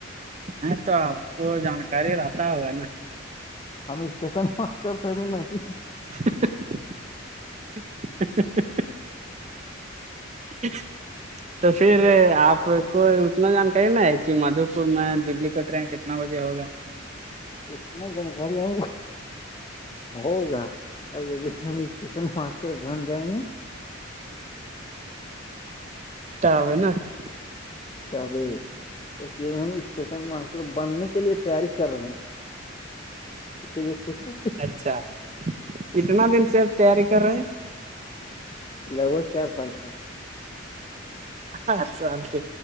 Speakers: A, on the right (about 35°); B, on the left (about 25°).
A: ہ تو آپ کو جانکاری رہتا ہوگا نا
B: ہم اسٹیشن ماسٹر تھ بھی نہیں
A: <unintelligible> جی تو پھر آپ کو اتنا جانکاری نہ ہے کہ مادھو پور میں دللی کا ٹرین کتنا بجے ہوگا
B: اتنا جانکاری ہے ہوگا اگر جسے ہمٹیشن ماسٹر بن جائیں گے
A: تاب ہے نا <unintelligible>
B: تب <unintelligible> ہم اسٹیشن ماسٹر بننے کے لیے تیاری کر رہے ہیں <unintelligible> اسی لیے کچھ بھی
A: اچھا کتنا دن سے اب تیاری کر رہے ہیں <unintelligible>
B: لگ بگ چار سال سے <unintelligible>
A: ہر سال سے